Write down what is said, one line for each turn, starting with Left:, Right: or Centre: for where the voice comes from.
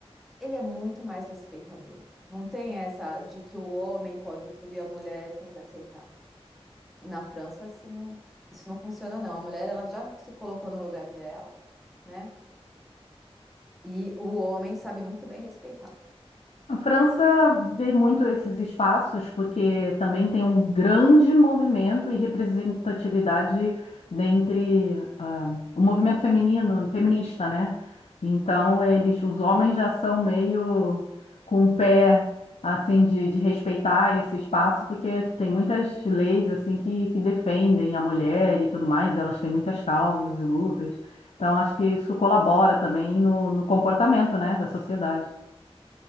Centre: ele é muito mais respeitador. Não tem essa de que o homem pode tudo e a mulher tem que aceitar. Na França, se não- isso não funciona, não. A mulher, ela já se colocou no lugar dela, né? E o homem sabe muito bem respeitar.
Left: A França vê muito esses espaços porque também tem um grande movimento e representatividade dentre ah, o movimento feminino, feminista, né? Então eles, os homens já são meio com o pé assim de, de respeitar esse espaço porque tem muitas leis assim que, que defendem a mulher e tudo mais. Elas têm muitas causas e lutas. Então acho que isso colabora também no, no comportamento, né, da sociedade.